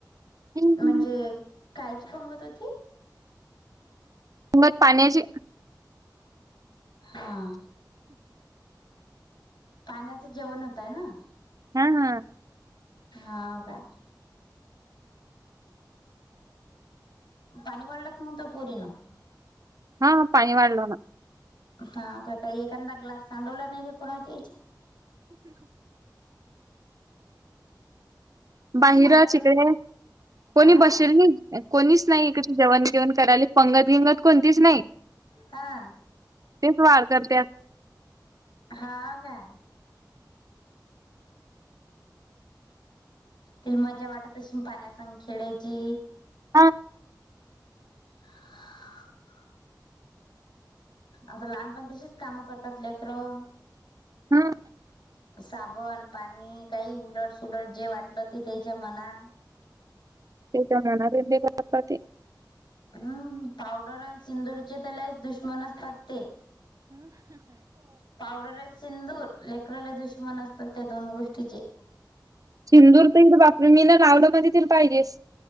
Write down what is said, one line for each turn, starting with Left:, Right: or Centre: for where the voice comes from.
Right: मुंगट
Left: म्हणजे कायची पंगत होती?
Right: <unintelligible> पाण्याची.
Left: हां. पाण्याचं जेवण होतंय ना?
Right: हां हां.
Left: हाव काय? पाणी वाढला <unintelligible>
Right: हां पानी वाडला ना.
Left: हां काय काही एखादा ग्लास सांडवला नाही का कोणाची <unintelligible>
Right: बाहिरा
Left: सांडवलाच
Right: चिकडे कोणी
Left: आ
Right: बशिली नाही. कोणीच नाही <unintelligible> जेवण जेवण करायले पंगत गिंगत कोणतीच नाही.
Left: हां.
Right: तेच <unintelligible>
Left: हां काय? तिला मजा वाटत असीन पाण्यासंग खेळायची.
Right: हा
Left: <inaudible> आता लहानपण तशीच कामं करतात लेकरं.
Right: हा
Left: साबण, पाणी काही उलट उलट जे वाटलं ते त्याच्या मना
Right: ते तरना दि <unintelligible>
Left: हम्म, पावडर आणि सिंदूरचे लईच दुश्मन असतात ते. पावडर सिंदूर, लेकरराला दुश्मन असतात त्या दोन गोष्टीचे.
Right: सिंदूर तेन बाकी मी ना लावलं मध्ये तर पाहिजेस